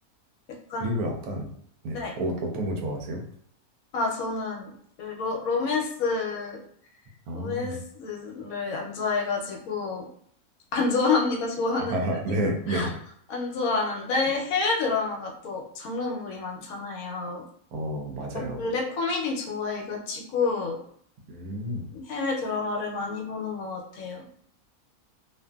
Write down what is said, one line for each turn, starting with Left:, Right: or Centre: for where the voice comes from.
Left: 약간
Right: 그리고 약간, 네.
Left: 네.
Right: 어, 어떤 거 좋아하세요?
Left: 아, 저는 그 로, 로맨스,
Right: 아,
Left: 로맨스를
Right: <laughs>
Left: 안 좋아해가지고, <laughs> 안 좋아합니다. 좋아하는
Right: 아하,
Left: 게 아니고.
Right: 네, 네.
Left: 안 좋아하는데, 해외 드라마가 또 장르물이 많잖아요.
Right: 어, 맞아요.
Left: 약간 블랙 코미디 좋아해가지고,
Right: 음.
Left: 해외 드라마를 많이 보는 것 같아요.